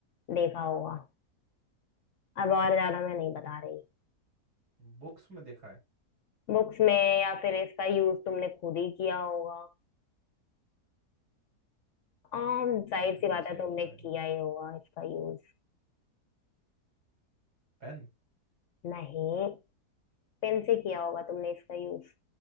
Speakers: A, on the left (about 65°); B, on the right (about 80°).
A: देखा होगा अब और ज्यादा मैं नहीं बता रही
B: बुक्स में देखा है
A: बुक्स में या फिर इसका यूज तुमने खुद ही किया होगा आम जाहिर
B: खुद
A: सी बात
B: कैसे
A: है
B: यूज
A: तुमने
B: करेंगे
A: किया ही होगा इसका यूज
B: पेन
A: नहीं पेन से किया होगा तुमने इसका यूज